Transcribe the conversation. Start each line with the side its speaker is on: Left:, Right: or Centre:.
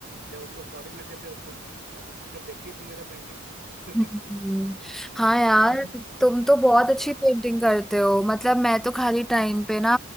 Right: जब हम लोग कॉलेज में थे तो तुम अ, अक्सर देखती थी मेरा पेंटिंग <laughs>
Centre: हम्म, हाँ यार
Right: और
Centre: तुम तो बहुत अच्छी
Right: हाँ
Centre: पेंटिंग करते हो मतलब मैं तो खाली टाइम पे ना